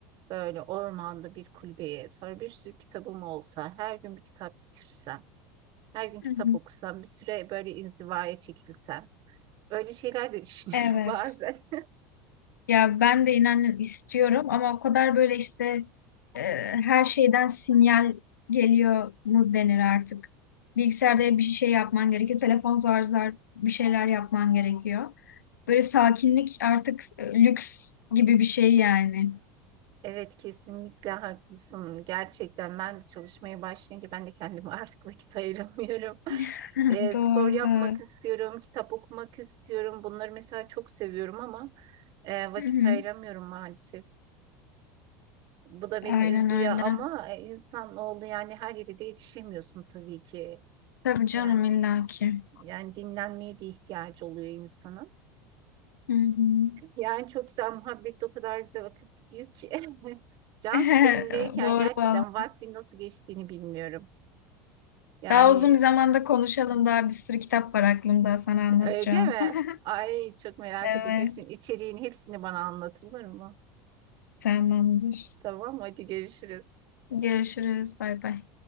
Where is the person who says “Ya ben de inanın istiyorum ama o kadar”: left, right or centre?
Left